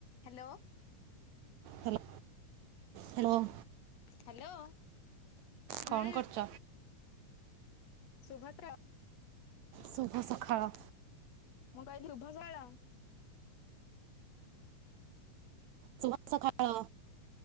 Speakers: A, on the left (about 60°); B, on the right (about 80°).
A: Hello.
B: Hello hello.
A: Hello
B: କଣ
A: ହୁଁ।
B: କରୁଛ?
A: ଶୁଭଦ୍ରା
B: ଶୁଭସଖାଳ।
A: ମଁ କହିଲ୍ ଉଠ ଜହଲ?
B: ଶୁଭସକାଳ।